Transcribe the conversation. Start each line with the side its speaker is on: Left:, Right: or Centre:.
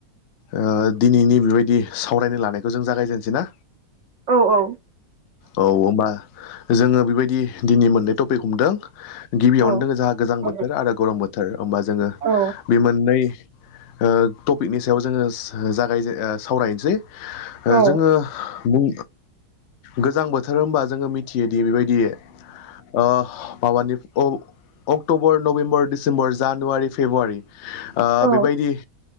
Left: ओ दिनैनि बेबायदि सावरायनो लानायखौ जों जागायजेनसै ना?
Right: औ औ
Left: औ होमबा जोंङो बेबायदि। दिनै मोननै टपिक हमदों गिबियावनो
Right: औ
Left: दङो जोंहा गोजां
Right: औ
Left: बोथोर आरो गरम बोथोर। होमबा जोंङो
Right: औ
Left: बे मोननै ओ टपिकनि सायाव जोंङो हो दाय ओ सावरायनोसै ओ
Right: औ
Left: जोंङो बुं गोजां बोथोर होनोमबा जोंङो मिथियोदि बेबायदि ओ माबानि। अक October November December January February ओ
Right: औ
Left: बेबायदि।